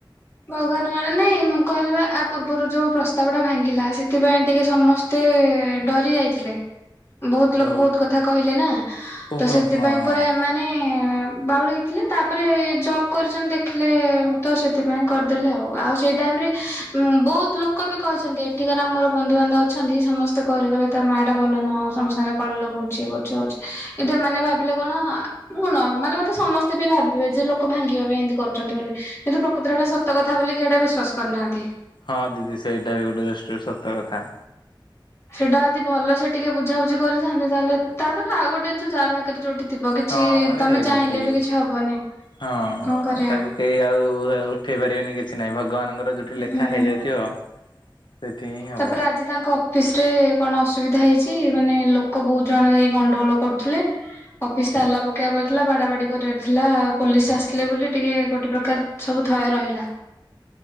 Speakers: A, on the left; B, on the left.
A: ଭଗବାନ ଜଣେ ନାଇଁ ମୁଁ କହିଲ ଆ ପୂର୍ବରୁ ଯୋଉ ପ୍ରସ୍ତାବ ଟା ଭାଙ୍ଗିଲା ସେଥିପାଇଁ ଟିକେ ସମସ୍ତେ ଡରି ଯାଇଥିଲେ। ବହୁତ ଲୋକ
B: ଓ
A: ବହୁତ କଥା କହିଲେ ନା
B: ଓହୋ
A: ତ ସେଥିପାଇଁ
B: ହଁ ହଁ
A: ପୁରା ଏମାନେ ବାଉଳେକି ଥିଲେ ତାପରେ ଜବ୍ କରିଛନ୍ତି ଦେଖିଲେ ତ ସେଥି ସେଥିପାଇଁ କରିଦେଲେ ଆଉ ଆଉ ସେଇ ଟାଇମରେ ବହୁତ ଲୋକ ବି କହିଛନ୍ତି ଏଠିକାର ଆମର ବନ୍ଧୁବାନ୍ଧବ ଅଛନ୍ତି ସମସ୍ତେ କହିଲେ କହଲେ ତା ମା ଟା ଭଲ ନୁହଁ ସମସ୍ତ ରେ କଳି ଲଗଉଛି କରୁଛିଛି କିନ୍ତୁ ଏମାନେ ଭାବିଲେ କଣ ମୁଁ ନର୍ମାଲ କଥା ସମସ୍ତେ ବି ଭାବିବେ ଯେ ଲୋକ ଭାଙ୍ଗିବା ପାଇଁ ଏମିତି କରୁଛନ୍ତି ବୋଲି କ ଏଟା ସତ କଥା ବୋଲିଇଟ ବିଶ୍ୱା କରିନାନ୍ତି।
B: ହଁ ଦିଦି ସେଇଟା ବି ଗୋଟେ ଦୃଷ୍ଟିରୁ ସତ କଥା।
A: ସେଟା ଯଦି ଭଲ ସେ ଟିକେ ବୁଝାବୁଝି କରିଥାନ୍ତେ ତାହେଲେ ତାପରେ ଆଉ ଗୋଟେଜିନିଷ ଯାହା ଭାଗ୍ୟରେ ଯୋଉଠି ଥିବ କିଛି
B: ହଁ ମ ବି
A: ତମେ
B: ହେଇଟା
A: ଚାହିଁଲେ
B: ଠିକ୍
A: ବି କିଛି ହବନି
B: ହଁ
A: କଣ କରିବା
B: ତାକୁ କେହି ଆଉ ଉଠେଇ ପାରିବେନି କି ଛି ନାଇଁ ଭଗବାନ ତାଙ୍କର ଯୋଉଠି ଲେଖା
A: ହୁଁ।
B: ହେଇଯାଇଥିବ ସେଠି ହିଁ ହବ
A: ତାପରେ ଆଜି ତାଙ୍କ ଅଫିସ ରେ କଣ ଅସୁବିଧା ହେଇଛି ମାନେ ଲୋକ ବହୁତ ଜଣ ଯାଇକି ଗଣ୍ଡଗୋଳ କରୁଥିଲେ ଅଫିସ ତାଲା ପକେଇବା ପଲି ଥିଲା ବାଡା ବାଡି କରିବାର ଥିଲା ପୋଲିସ ଆସିଲେ ବୋଲି ଟିକେ ଗୋଟେ ପ୍ରକାର ସବୁ ଥୟ ରହିଲା